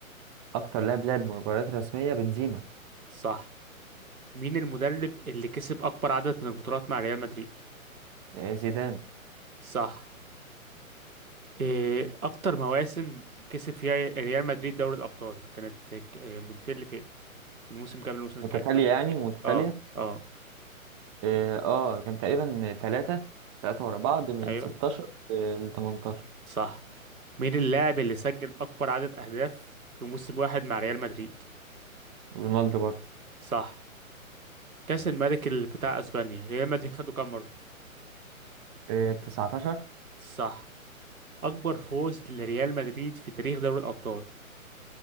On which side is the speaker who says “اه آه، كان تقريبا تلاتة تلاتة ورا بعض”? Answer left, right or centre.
Right